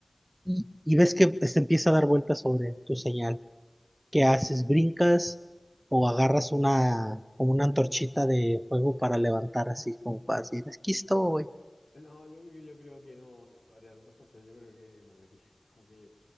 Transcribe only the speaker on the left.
No, yo, creo yo creo que no no haría tanto esfuerzo. Yo creo que movería, <laughs> como que